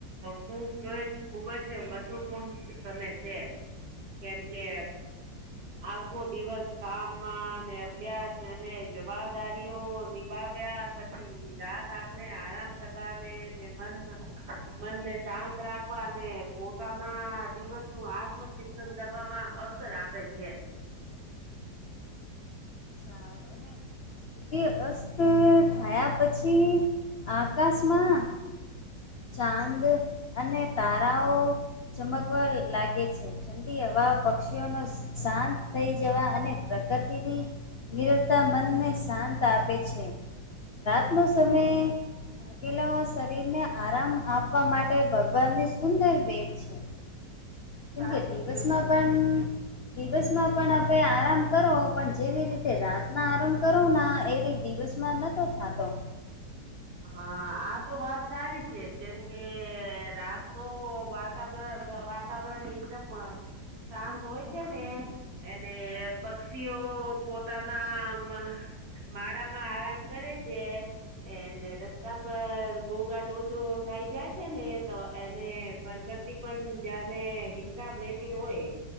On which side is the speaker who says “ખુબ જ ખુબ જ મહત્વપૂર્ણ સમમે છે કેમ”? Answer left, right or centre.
Right